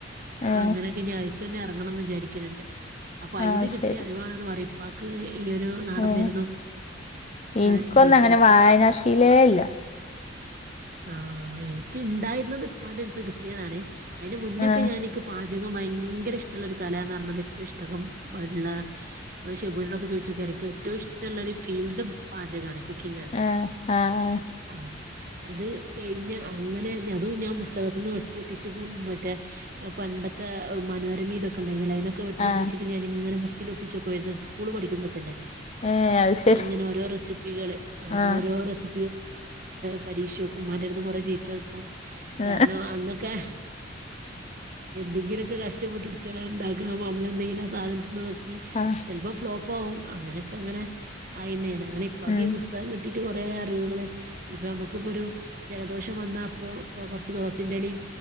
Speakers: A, on the left (about 35°); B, on the right (about 50°).
A: ഏ
B: അങ്ങനൊക്കെ ഇനി അ ക്ക്‌ തന്നെ ഇറങ്ങണം എന്ന് വിചാരിക്കന്നുണ്ട്. അപ്പൊ അയിന്ന്
A: ആ
B: കിട്ടിയ
A: ശരി
B: അറിവാണന്ന് പറയും. ഉപ്പാക്ക് ഈ ഒരു നാടൻ
A: ഏ
B: മരുന്നും ഏഹ്
A: ഇനിക്കൊന്നും
B: ഇതൊക്കെ
A: അങ്ങനെ
B: ഇപ്പൊ
A: വായനാശീലേ ഇല്ല
B: ആഹ് എനി ക്ക് ഉണ്ടായിരുന്നത് ഇപ്പന്റെടുത്തുന്ന് കി ട്ടിയതാണ്. അതിന് മുന്നൊക്കെ
A: ആ
B: ഞാനിക്ക് പ ചകം ഭയങ്കര ഇഷ്ടുള്ള ഒരു കല എന്ന് പറഞ്ഞത് ഏറ്റവും ഇഷ്ടകം ആയിട്ടുള്ള ഷെബുനോക്കെ ചോദിച്ചോക്കി ഇറക്ക് ഏറ്റവും ഇഷ്ടമുള്ള ഒരു ഫീൽഡ് പാചകമാണ് കുക്കിംഗ് ആണ്
A: ആഹ് ആഹ്.
B: ആഹ് അത് കഴിഞ്ഞ അങ്ങനെ അതും ഞാൻ പുസ്തകത്തിന്ന് വെട്ടി ഒട്ടിച്ച് മറ്റേ പണ്ടത്തെ മനോരമ ഇതൊക്കെ ഉണ്ടായിന്നല്ലോ അതിനൊക്കെ വെട്ടി
A: ആ
B: ഒട്ടിച്ചിട്ട് ഞാനിങ്ങനെ ബു ക്കില് ഒട്ടിച്ചോക്കായിരുന്നു സ്കൂൾ പഠിക്കുമ്പോ തന്നെ
A: ഏ അത് ശരി
B: ഇങ്ങനെ ഓരോ റെസിപ്പികള് ആഹ്
A: ആ
B: ഓരോ റെസി <unintelligible> പരീക്ഷവെക്കും ഉമ്മാന്റെട്ത്ത്ന്ന് കാെറെ ചീത്തകേക്കും
A: ആ
B: കാരണം അന്നൊക്കെ എന്തെങ്കിലൊക്കെ കഷ് ഇഷ്ടപ്പെട്ട് ഇട്ക്കാണെങ്കി അത് ഇണ്ടാക്കണം അപ്പൊ അമ്മള് എന്തെങ്കിലും ആ സാധനത്തിന് നോ കി
A: ആ
B: ചെൽപ്പം ഫ്ലോപ്പ് ആവും അങ്ങനെക്കെ അങ്ങനെ ആയിന്നേണ് ങ്ങനെ പകെ
A: ഉം
B: പുസ്തകം കിട്ടി കുറേ അറിവുകള് ഇപ്പൊ നമു ഇക്ക് ഇപ്പൊരു ജലദോഷം വന്നാ അപ്പാെ ഇപ്പൊ കാെറച്ച് തുളസിൻ്റെലിം